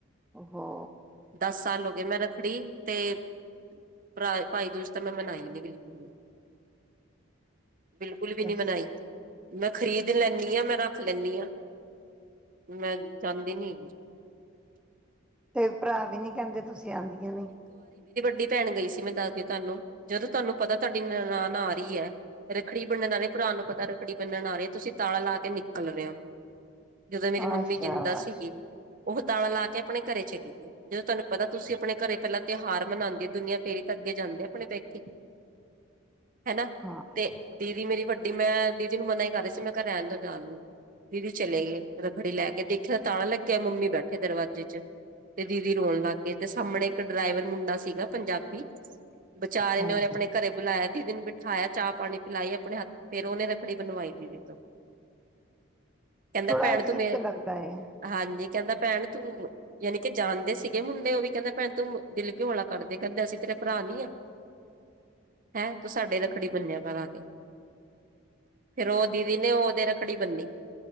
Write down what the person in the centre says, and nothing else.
ਉਹੋ
ਬਸ
ਤੇ ਭਰਾ ਵੀ ਨੀ ਕਹਿੰਦੇ, ਤੁਸੀਂ ਆਉਂਦੀਆਂ ਨੀ।
ਆਹ
ਸ਼ਾਬਾਸ਼
ਹਾਂ
ਹਾਂਜੀ
ਥੋੜਾ
ਅਜੀਬ
ਤੇ ਲੱਗਦਾ ਹੈ